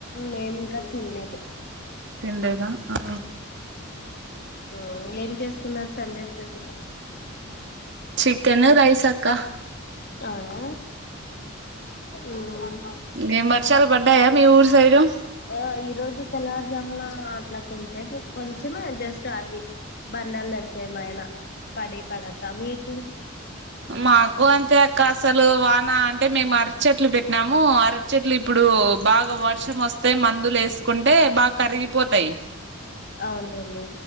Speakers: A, on the left; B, on the right.
A: మేము ఇంకా తినలేదు
B: తినలేదా ఆ
A: ఉము ఏం చేసుకున్నారు సండే స్పెషల్
B: చికెన్ రైస్ అక్క
A: అవునా ఉము
B: ఇంకేం వర్షాలు పడ్డాయా మీ ఊరు సైడు
A: ఆ ఈ రోజు తెల్లవారుజామున అట్లా కొసేపు కొంచమే జస్ట్ అవి బండ్డలు తరిస్తే ఏమైనా పడి పడక మీ మీకు
B: <inaudible> మాకు అంతే అక్క అసలు వాన అంటే మేము అరటి చెట్లు పెట్టినాము అరటి చెట్లు ఇప్పుడు బాగ వర్షం వస్తే మందులు ఎస్తే కుంటే బాగా కరిగిపోతాయి
A: అవునులేండి